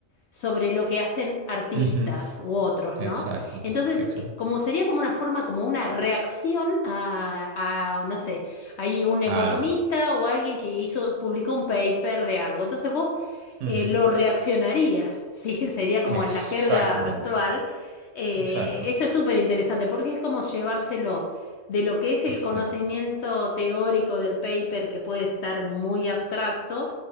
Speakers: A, on the left; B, on the right.
A: sobre lo que hacen artistas
B: Ujú.
A: u otros,
B: Exacto,
A: ¿no? Entonces,
B: exacto.
A: eh, como sería como una forma, como una reacción a, a, no sé, hay un economista
B: Algo.
A: o alguien que hizo, publicó un paper de algo. Entonces vos
B: Ujú.
A: eh, lo reaccionarías, <laughs> ¿sí? Sería como
B: Exactamente.
A: en la jerga actual. Eh,
B: Exacto,
A: eso es súper interesante porque es como llevárselo de lo que es el
B: exacto,
A: conocimiento teórico del paper que puede estar muy abstracto